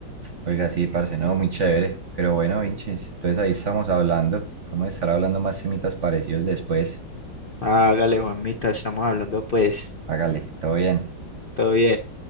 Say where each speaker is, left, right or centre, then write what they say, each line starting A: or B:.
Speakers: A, on the right (about 50°); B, on the left (about 70°).
A: Oiga, sí, parce, no, muy chévere. Pero bueno, Vinches, entonces ahí estamos hablando. Podemos estar hablando más temitas parecidos después.
B: Hágale, Juanmita, estamos hablando pues,
A: Hágale, todo bien.
B: todo bien.